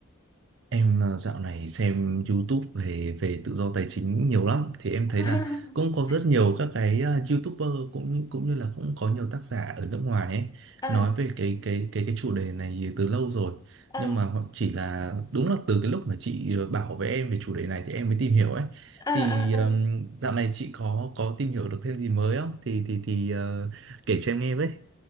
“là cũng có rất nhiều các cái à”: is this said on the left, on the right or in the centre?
Right